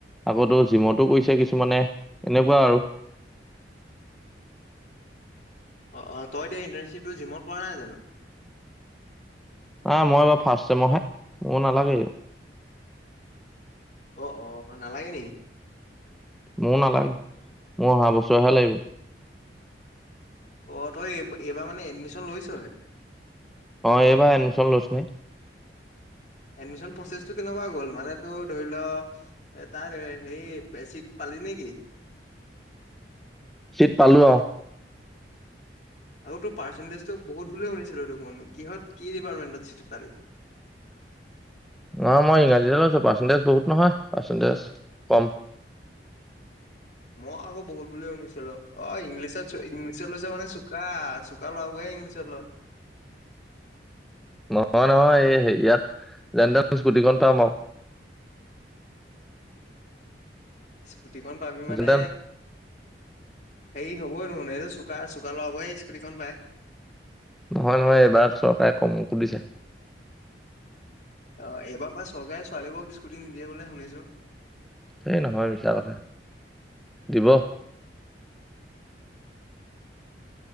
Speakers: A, in the centre; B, on the left.
A: আগতো জিমতো কৰিছে কিছুমানে এনেকুৱা আৰু।
B: <inaudible> অ তই এতিয়া ইণ্টাৰশ্বিপটো, জিমত পোৱা নাই জানো।
A: না, মই এইবাৰ ফাৰ্ষ্ট চেমৰ হে মোৰ নালাগে।
B: অ অ নালাগে নি
A: মোৰ নালাগে মোৰ অহা বছৰহে লাগিব।
B: অ' তই এইবাৰ এইবাৰ মানে এডমিশন লৈছ।
A: অ' এইবাৰ এডমিশন লৈছ নাই?
B: এডমিচন প্ৰচেছটো কেনেকুৱা গ'ল মানে তোৰ ধৰি ল এ 'তাৰ হে চিট পালি নেকি?
A: চিট পালো আৰু
B: আৰু তোৰ পাৰ্চেণ্টিজটো বহুত বুলি শুনিছিলো দেখোন কিহত কি ডিপাৰ্টমেণ্টত চিট পালি <inaudible>
A: অ মই ইংৰাজী লৈছো পাৰ্চেণ্টিজ বহুত নহয় পাৰ্চেণ্টেজ কম
B: মই আকৌ বহুত বুলি শুনিছিলো। অ ইংলিছত ইংলিছত লৈছে মানে চোকা, চোকা লৰাবোৰে ইংলিচত লয়
A: নহয় নহয় এই হে ইয়াত যেন তেন স্কুটিখন পাম আৰু
B: স্কুটি পাবি মানে
A: যেনতেন
B: হেৰি হবই নখোন এইটো চোকা-চোকা লৰাবোৰ সে স্কুটীখন পাই
A: নহয় নহয় এইবাৰ চৰকাৰে কমকো দিছে
B: অহঁ এবাৰ পৰা চৰকাৰে ছোৱালীবোৰক স্কুটি নিদিয়ে বোলে শুনিছোঁ।
A: সেই নহয় মিছা কথা দিব।